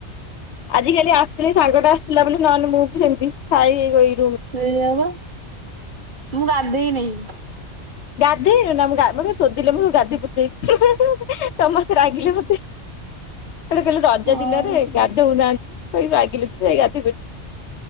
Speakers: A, on the left; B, on the right.
A: ଆଜି କାଲି ଆସିଥିଲି ସାଙ୍ଗଟା ଆସିଥିଲା ବୋଲି ନହେଲେ ମୁଁ ବି ସେମିତି ସାଇ ହେଇରହିମି।
B: ସେଇୟା ବା ମୁଁ ଗାଧେଇ ନେହିଁ।
A: ଗାଧେଇନୁ ନା ମୁଁ ମତେ ଶୋଧିଲେ ମୁଁ ଗାଧେଇ ପଡି ଯାଇି ସମସ୍ତେ ରାଗିଲେ ମତେ। ଗୋଟେ କହିଲେ ରଜ
B: ହଁ।
A: ଦିନରେ ଗାଧୋଉନାହାନ୍ତି କହି ରାଗିଲେ ଯେ ଯାଇ ଗାଧେଇପଲି।